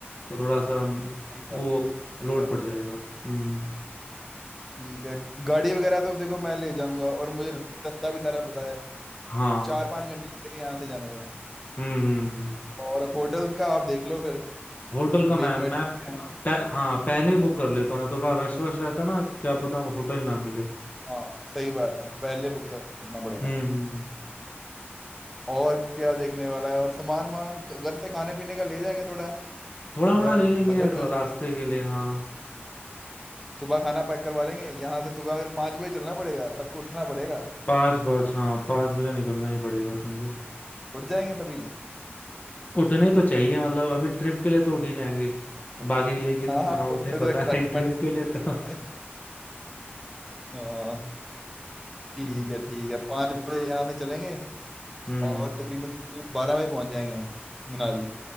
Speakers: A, on the left; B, in the centre.
A: तो थोड़ा सा हम्म,
B: सही
A: वो
B: बात है सही
A: लोड
B: बात
A: पड़
B: है
A: जाएगा हम्म
B: ठीक है गाड़ी वगैरह तो देखो मैं ले जाऊंगा और मुझे रास्ता भी सारा पता है
A: हाँ
B: चार पांच घंटे लगेंगे यहाँ से जाने में
A: हम्म हम्म हम्म।
B: और होटल्स का आप देख लो फिर
A: होटल का मैम
B: मेक माई
A: मैं
B: ट्रिप
A: मैं- पह, हाँ पहले ही बुक कर लेता हूँ ना तो थोड़ा रश वश रहता ना क्या पता होटल ना मिले
B: हाँ सही बात है पहले बुक करना पड़ेगा
A: हम्म हम्म।
B: और क्या देखने वाला है और सामान वामान घर से खाने पीने का ले जाएंगे थोड़ा थोड़ा
A: थोड़ा मोड़ा ले
B: बजट
A: लेंगे तो
B: हो जाए।
A: रास्ते के लिए हाँ
B: सुबह खाना पैक करवा लेंगे यहाँ से सुबह फिर पाँच बजे चलना पड़ेगा सबको उठना पड़ेगा
A: पाँच बज हाँ पाँच बजे निकलना ही पड़ेगा अपने को
B: उठ जाएंगे सभी
A: उठने तो चाहिए मतलब अभी ट्रिप के लिए तो उठ ही जाएंगे बाकी के लिए कि ना
B: हाँ हाँ ट्रिप
A: उठे
B: में
A: पता
B: तो एक्साइटमेंट
A: नहीं ट्रिप
B: होती
A: के लिए तो
B: है हाँ ठीक
A: हम्म
B: है ठीक है पाँच बजे यहाँ से चलेंगे
A: हम्म
B: और तकरीबन बारह बजे पहुंच जाएंगे हम मनाली